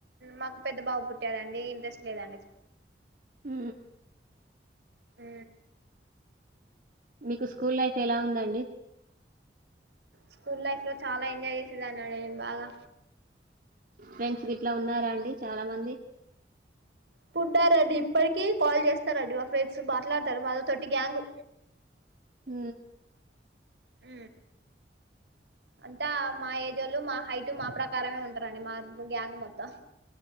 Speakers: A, on the right; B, on the right.
A: మాకు పెద్ద బాబు పుట్టాడండి ఇంట్రెస్ట్ లేదనేసి
B: హ
A: ఆ
B: మీకు స్కూల్ లైఫ్ ఎలా ఉందండి
A: స్కూల్ లైఫ్ లో చాలా ఎంజాయ్ చేసేదా అన్నాడు నేను బాగా
B: ఫ్రెండ్స్ గిట్లా ఉన్నారా అండి చాలా మంది
A: పుంటారంండి ఇప్పటికీ కాల్ చేస్తారంండి మా ఫ్రెండ్స్ మాట్లాడతారు మాతో తోటి గ్యాంగ్
B: హ
A: అ అంతా మా ఏజోళ్ళు మా హైటు, మా ప్రకారమే ఉంటారండి మా గ్యాంగు మొత్తం.